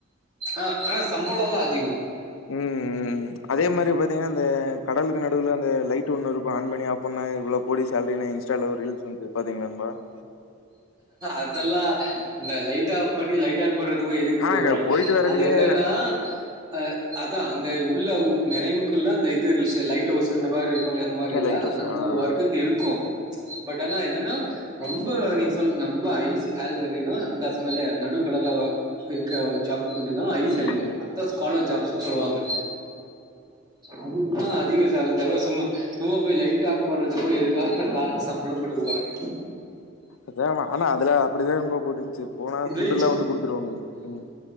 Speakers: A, on the right (about 20°); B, on the left (about 75°).
A: ஆ ஆ சம்பளம்ல்லா அதிக
B: உம் அதே மாதிரி பாத்தீங்கன்னா அந்த கடலுக்கு நடுவுல அந்த லைட் ஒண்ணு இருக்கும் ஆன் பண்ணி ஆஃப் பண்ணா இவ்வளவு கோடி சேரிின் இன்ஸ்டால ரீல்ஸ் வந்து பாத்தீங்களானபா <unintelligible>
A: அதெல்லாம் இந்த லைட் ஆஃப் பண்ணி லைட் ஆல் பண்றதுக்கும் எதுக்கு
B: ஆ
A: கொடுக்குறாங்க
B: அங்க போயிட்டு வரக்குள்ளயே
A: அது என்னன்னா அஹ <unintelligible> அதா அந்த உள்ள மிரனுக்குல்லா அந்த இது லைட் அவுஸ் இந்த மாதிரி பள்ள அந்த மாதிரி
B: ஏன்
A: இல்ல
B: லைட் ஹவுஸ்
A: அந்த
B: ஆ
A: மாதிரி
B: ஆ.
A: வர்கக்கு இருக்கும் <unintelligible> பட் ஆனா என்னன்னா ரொம்ப நீ நம்பம ஐஸ் ஆல்ரினா இந்தசனாலையா நடு கட எல்ல இருக்கு ஜாப் <unintelligible> முன்டு தா ஐ
B: ம்
A: சேலரி
B: ம்.
A: அத்தஸ்காலர் ஜாப் ஸ்சு சொல்லுவாங்க அதுக்கு தா அதிக சாலே சும்மா உமா போய் லைட் ஆன் பண்றது போ எதுக்கா சம்பளம் கொடுக்க போறாங்க
B: அதுல ஆனா அதுல அப்படிதா நண்பா போட்டுந்துச்சு போனா
A: இதே
B: ஃபுட்டு் எல்லா வந்து குடுத்துருவாங்கன்னு உம்